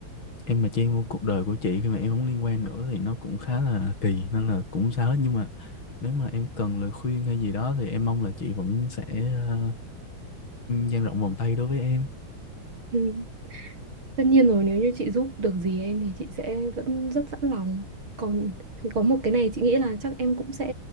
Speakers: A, on the left; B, on the right.
A: em mà chen vô cuộc đời của chị khi mà em không liên quan nữa thì nó cũng khá là kỳ nên là cũng không sao hết nhưng mà nếu mà em cần lời khuyên hay gì đó thì em mong là chị vẫn sẽ ờ, dang rộng vòng tay đối với em
B: Ừ. Tất nhiên rồi nếu như chị giúp được gì em thì chị sẽ vẫn rất sẵn lòng còn có một cái này chị nghĩ là chắc em cũng sẽ